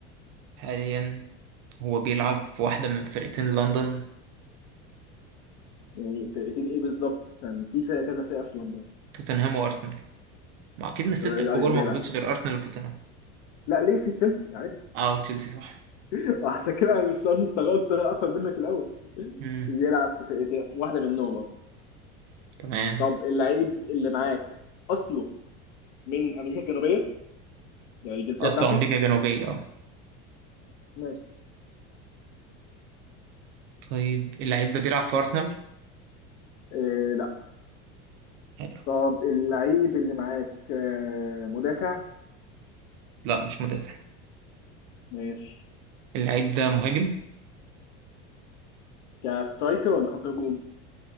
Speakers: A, on the right; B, on the left.
A: حاليا هو بيلعب في واحدة من فرقتين لندن
B: يعني فرقتين ايه بالظبط عشان في فرقه كذا فرقه في لندن
A: توتنهام وأرسنال ما أكيد من الستة
B: طب ايه
A: الكبار
B: ايوه بيلعب
A: ما فضلش غير أرسنال وتوتنهام
B: لا ليه في تشيلسي عادي
A: أه وتشيلسي صح
B: <laughs> عشان كده انا مست- مستغربت افهم منك الاول
A: مم.
B: بيلعب في فرقتين في واحده منهم اه
A: تمام
B: طب اللعيب اللي معاك اصله من امريكا الجنوبيه يعني الجنسيه
A: أصله
B: بتاعته
A: أمريكا الجنوبية أه
B: ماشي
A: طيب اللعيب ده بيلعب في أرسنال
B: إيه لا
A: حلو
B: طب اللعيب اللي معاك آه، مدافع
A: لا مش مدافع
B: ماشي
A: اللعيب ده مهاجم
B: كسترايكر ولا خط هجوم